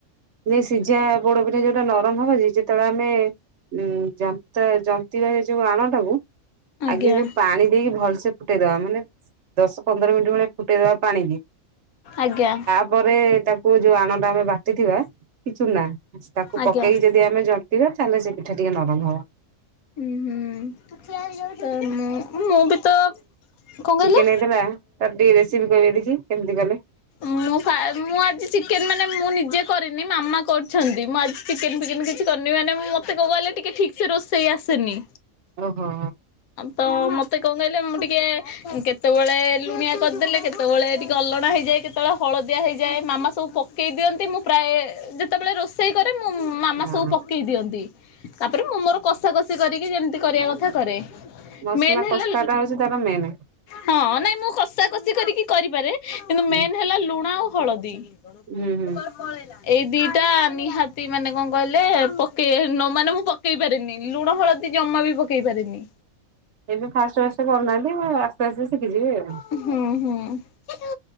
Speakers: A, on the right; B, on the left.
A: ଯେ ସିଝା ପୋଡ଼ ପିଠା ଯୋଉଟା ନରମ ହବ ଯେ ଯେତେବେଳେ ଆମେ ଉୁଁ ଯନ୍ତ ଜନ୍ତିବା ସେଇ ଯୋଉ ଆଣଟାକୁ-
B: ଆଜ୍ଞା
A: ଆଗେ ଯୋଉ ପାଣି ଦେଇକି ଭଲସ ଫୁଟେଇଦବା। ମାନେ ଦଶ ପନ୍ଦର ମିନିଟ ଭେଳିଆ ଫୁଟେଇଦବା ପାଣି କି
B: ଆଜ୍ଞା
A: ପରେ ତାକୁ ଯୋଉ ଆଣଟା ଆମେ ବାଟିଥିବା କି ଚୁନା ତାକୁ
B: ଆଜ୍ଞା
A: ପକେଇ ଯଦି ଆମେ ଜନ୍ତିବା ତାହେଲେ ସେ ପିଠା ଟିକେ ନରମ ହବ।
B: ହୁଁ ହୁଁ ମୁଁ ବି ତ କଣ କହିଲେ?
A: ଚିକେନ ହେଇଥିଲା ତାର ଟିକେ ରେସିପି କହିବେ ଦେଖି କେମିତି କଲେ?
B: ମୁଁ ମୁଁ ଆଜି ଚିକେନ ମାନେ ମୁଁ ନିଜେ କରିନି ମ ମାମା କରୁଛନ୍ତି ମୁଁ ଆ ଚିକେନ ଫିକେନ୍ କିଛି କରିନି ମାନେ ମୋତେ କହୁ ଗଲେ ଟିକେ ଠିକ ସେ ରଷେଇ ଆସେନି।
A: ଓଃ ହୋ।
B: ତ ମତେ କଣ କହିଲେ ମୁଁ ଟିକେ କେତେବେଳେ ଲୁଣିଆ କରିଦେଲେ କେତେବେଳେ ଟିକେ ଅଲଣା ହେଇଯାଏ। କେତେବେଳେ ହଳଦିଆ ହେଇଯାଏ ମାମା ସବୁ ପ ପକେଇ ଦିଅନ୍ତି ମୁଁ ପ୍ରାୟ ଯେତେବେଳେ ରୋଷ ସେଇ କରେ ମୁଁ ମାମା
A: ହଁ
B: ସବୁ ପକେଇ ଦିଅନ୍ତି ତାପରେ ମୁଁ ମୋର କଷାକଷି କରିକି ଯେମିତି କରିବା କଥା କରେ।
A: ମସଲା
B: ମେନ୍ ହେଲା
A: କସ୍ତା ଟା ହଉଛି ତାର ମେନ୍।
B: ହଁ ନାଇଁ ମୁଁ କଷା କଷି କରିକି କରିପାରେ, କିନ୍ତୁ
A: ହୁଁ
B: ମେନ୍ ହେଲା ଲୁଣ ଆଉ ହଳଦୀ। କଣ
A: ହୁଁ ହୁଁ
B: <inaudible> ଏଇ ଦିଟା ନିହାତି ମାନେ କଣ କହିଲେ, ପକେଇ ନ ମାନେ ମୁଁ ପକେଇ ପାରେନି। ଲୁଣ ହଳଦୀ ଜମା ବି ପକେଇ ପାରନି।
A: ଏବେ ଫାଷ୍ଟ ଫାଷ୍ଟ କରୁନାହାନ୍ତି ମୁଁ ଆସ୍ତେ ଆସ୍ତେ ଶିଖିଯିବି ଆଉ।
B: ହଁ ହଁ ମିଠୁ